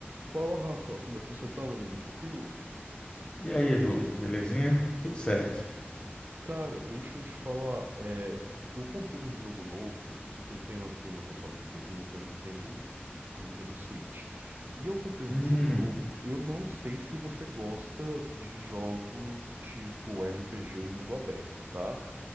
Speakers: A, on the right; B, on the left.
A: Fala, Rafa, como é que você tá, meu amigo? Tranquilo?
B: E aí, Edu, belezinha? Tudo certo.
A: Cara, deixa eu te falar. É, eu comprei um jogo novo. Eu tenho aqui o meu console de videogame, eu tenho um Nintendo, um Nintendo Switch. E eu comprei um
B: Hum,
A: jogo novo. Eu não sei se você gosta de jogos tipo RPG e mundo aberto, tá?